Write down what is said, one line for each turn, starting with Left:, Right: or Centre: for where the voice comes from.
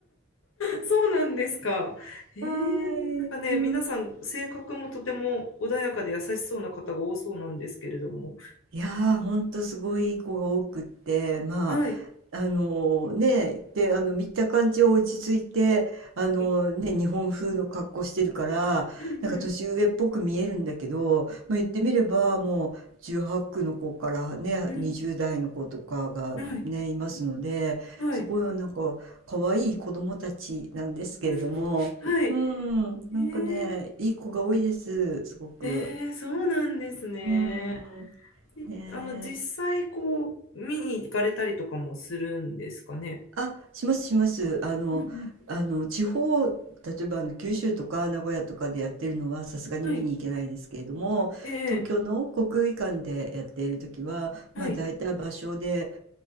Left: そうなんですか。ええなんかね、
Right: はい、うん。
Left: 皆さん性格もとても穏やかで優しそうな方が多そうなんですけれども。
Right: いやー、ほんとすごいいい子が多くって、ま
Left: はい。
Right: あ、あの、ね、で、あの、見た感じは落ち着いて、あの、
Left: うん
Right: ね、日本風の格好してるから、
Left: うん
Right: なんか年上っぽく見えるんだけど、まあ、言ってみればもう18区の子からね、
Left: うん。
Right: 20代の子とかがね、
Left: はい。
Right: いますので、
Left: はい。
Right: すごいなんか可愛い子供たちなんですけれども、
Left: うん。はい。
Right: うん、
Left: え
Right: なんかね、いい子が多いです、すごく。
Left: えええそうなんですね。
Right: うん、
Left: で、
Right: ね
Left: あの、実際こう、見に行かれたりとかもするんですかね。
Right: あ、しますします。あの、
Left: うんうん。
Right: あの地方、例えばあの九州とか名古屋とかでやってるのはさすがに見に行けないですけれども、
Left: はい。ええ
Right: 東京の国技館でやっている時は、
Left: はい。
Right: まあ大体場所で